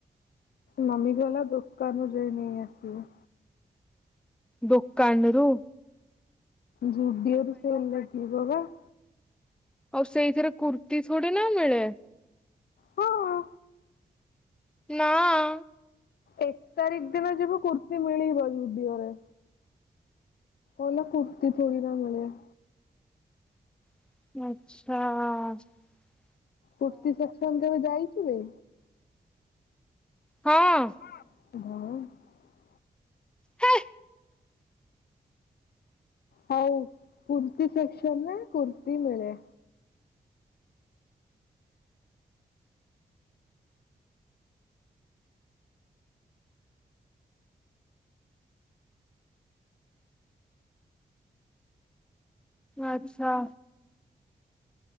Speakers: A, on the left; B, in the centre.
A: ନମିଗଲା ଦୋକାନୁଯାୟୀ ନେଇ ଆସିବ।
B: ଦୋକନ ରୁ
A: ଯୁଡ଼ିଓ ର ସେ ହେଲ ବବା <inaudible>
B: ଆଉ ସେଇଥିରେ କୁର୍ତ୍ତିୀ ଥୋଡ଼ି ନା ମିଳେ।
A: ହଁ।
B: ନାଆ
A: ଏକ ତାରିଖ ଦିନ ଯିବୁ କୁର୍ତ୍ତିୀ ମିଳିବ ଯୁଡିଓରେ ଓଲା କୁର୍ତି ଥୋଡ଼ି ନା ମିଳେଆ
B: ଆଚ୍ଛାଆ।
A: ପୁର୍ତ୍ତି ସେକ୍ସନ କେବେ ଯାଇଛି। ମେ
B: ହଁ।
A: <unintelligible>
B: ହେଏ।
A: ହଉ କୁର୍ତି ସେ <unintelligible> କେମେ କୁର୍ତି ମିଳେ
B: ଆଚ୍ଛା।